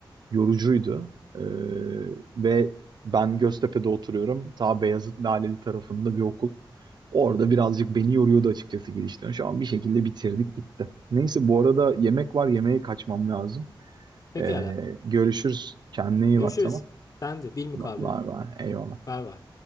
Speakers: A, on the right; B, on the left.
A: yorucuydu. Ee, ve ben Göztepe'de oturuyorum. Ta Beyazıt Laleli tarafında bir okul. Orada birazcık beni yoruyordu açıkçası gidişten. Şu an bir şekilde bitirdik gitti. Neyse bu arada yemek var. Yemeğe kaçmam lazım.
B: Pekala.
A: Ee, görüşürüz. Kendine iyi
B: Görüşürüz.
A: bak tamam.
B: Ben de bilmukabele.
A: Var var. Eyvallah.
B: Bay bay.